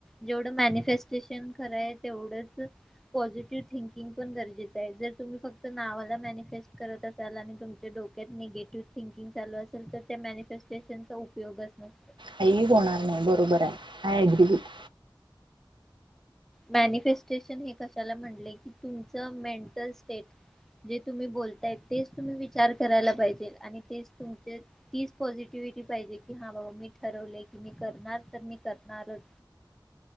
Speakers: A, in the centre; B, on the right.
A: जेवढ मॅन्युफेस्टेशन खर आहे तेवढच पॉझिटिव्ह थिंकिंग पण गरजेचं आहे जर तुम्ही फक्त नावालाच मॅन्युफेस्टेशन करत अस कराला आणि तुमच्या डोक्यात निगेटिव्ह थिंकिंग चालू असेल तर त्या मॅनिफेस्टेशनचा उपयोगच नसतो.
B: काई होणार नाही बरोबर आहे आय अग्री विथ
A: मॅनिफेस्टेशन हे कशाला म्हणले की तुमच मेंटल स्टेट जे तुम्ही बोलताय तेच तुम्ही विचार करायला पाहिजेल आणि तेच तुमचे तीच पॉसिटीव्हिटी पाहिजे की हा बाबा मी ठरवले की मी करणार तर मी करणारच